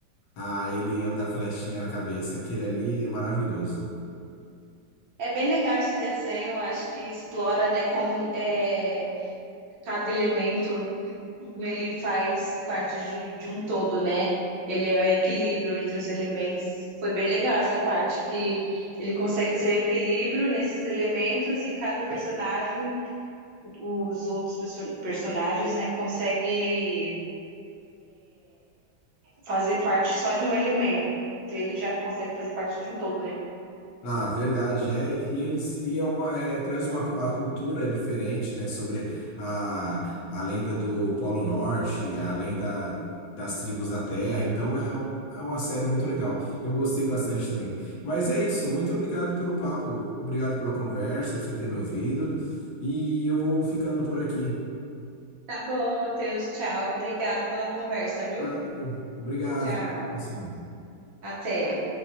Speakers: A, on the left; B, on the right.
A: Ah, ele é o da flechinha na cabeça. Aquele ali é maravilhoso.
B: É bem legal esse desenho, eu acho que explora, né, como é, cada elemento como ele faz parte de, de um todo, né? Ele é o equilíbrio entre os elementos. Foi bem legal essa parte que ele consegue ser equilíbrio nesses elementos e cada personagem, os outros perso- personagens, né, consegue fazer parte só de um elemento. Ele já consegue fazer parte de um todo, né?
A: Ah, verdade, é. E eles e é uma, é, traz uma cu- a cultura diferente, né? Sobre a, a lenda do Polo Norte, a lenda das tribos da Terra. Então é, um- é uma série muito legal. Eu gostei bastante também. Mas é isso. Muito obrigado pelo papo, obrigado pela conversa, por você ter me ouvido. E eu vou ficando por aqui.
B: Tá bom, Matheus. Tchau. Obrigado pela conversa, viu?
A: Então, Obrigado.
B: Tchau.
A: Até a próxima.
B: Até.